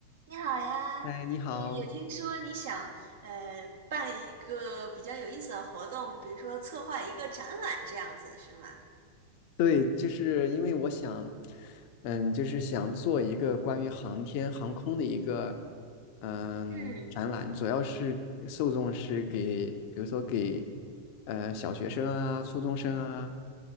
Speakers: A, on the right; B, on the left.
A: 你好呀，
B: 哎，你好，
A: 也也听说你想呃办一个比较有意思的活动，比如说策划一个展览这样子，是吗？
B: 对，就是因为我想，嗯，就是想做一个关于航天航空的一个，嗯，
A: 嗯
B: 展览，主要是受众是给，比如说给，呃，小学生啊、初中生啊，